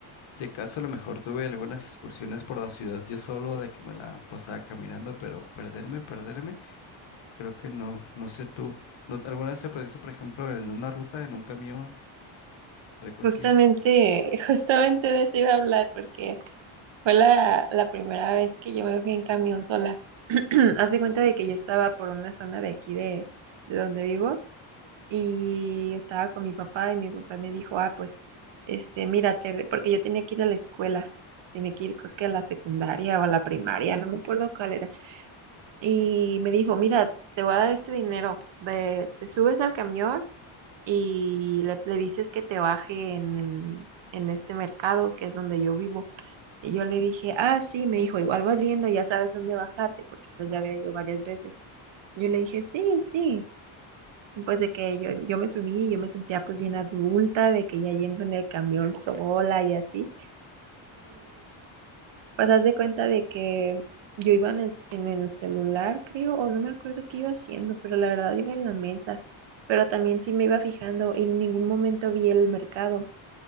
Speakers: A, on the left; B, on the right.
A: Si acaso a lo mejor tuve algunas excursiones por la ciudad yo solo, de que me la pasaba caminando, pero perderme, perderme, creo que no, no sé tú. ¿No- ¿Alguna vez te perdiste, por ejemplo, en una ruta, en un camión, algo así?
B: Justamente, <laughs> justamente de eso iba a hablar porque... Fue la, la primera vez que yo me fui en camión sola. <clears throat> Hace cuenta de que yo estaba por una zona de aquí de, de donde vivo y estaba con mi papá y mi papá me dijo, ah, pues, este, mírate, porque yo tenía que ir a la escuela, tenía que ir creo que a la secundaria o a la primaria, no me acuerdo cuál era. Y me dijo, mira, te voy a dar este dinero, ve, te subes al camión y le, le dices que te baje en, en- en este mercado, que es donde yo vivo. Y yo le dije, ah, sí, me dijo, igual vas viendo, ya sabes dónde bajarte, porque pues ya había ido varias veces. Yo le dije, sí, sí. Y, Pues de que yo, yo me subí, yo me sentía pues bien adulta, de que ya yendo en el camión sola y así. Pues haz de cuenta de que yo iba en el, en el celular, creo, o no me acuerdo qué iba haciendo, pero la verdad iba en la mesa. Pero también sí me iba fijando y en ningún momento vi el mercado.